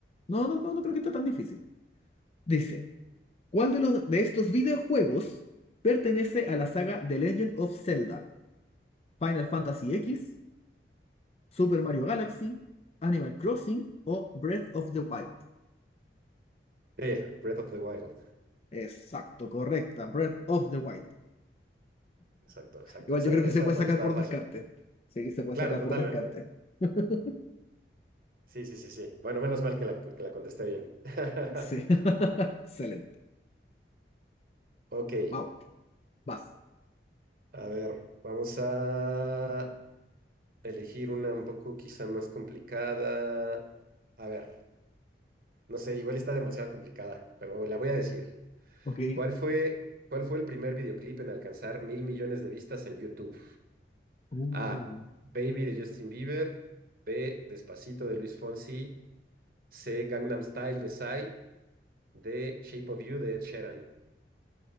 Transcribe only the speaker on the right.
a
ver.
B. Breath of the Wild.
Exacto, exacto.
Esa,
esa,
bueno,
estaba
fácil.
Claro,
totalmente.
Sí, sí, sí, sí. Bueno, menos mal que la, que la contesté bien. <laughs>
Ok,
a ver, vamos a elegir una un poco quizá más complicada. A ver, no sé, igual está demasiado complicada, pero la voy a decir.
¿Cuál fue, cuál fue el primer videoclip en alcanzar mil millones de vistas en YouTube?
A. Baby de Justin Bieber. B. Despacito de Luis Fonsi. C. Gangnam Style de Psy. D. Shape of You de Ed Sheeran.